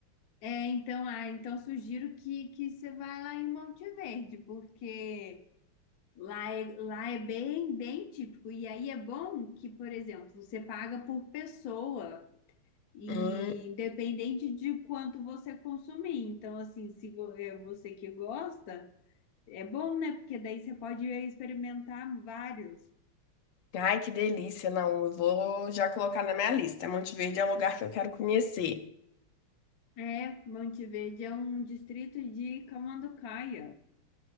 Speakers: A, on the left (about 55°); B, on the left (about 80°).
A: É, então, ah, então sugiro que que você vá lá em Monte Verde, porque lá é, lá é bem bem típico. E aí é bom que, por exemplo, você paga por pessoa. E
B: Hum,
A: independente de quanto você consumir. Então, assim, se vo- é você que gosta, é bom, né? Porque daí você pode experimentar vários.
B: ai, que delícia, não, eu vou já colocar na minha lista. Monte Verde é um lugar que eu quero conhecer.
A: É, Monteverde é um distrito de Camanducaia.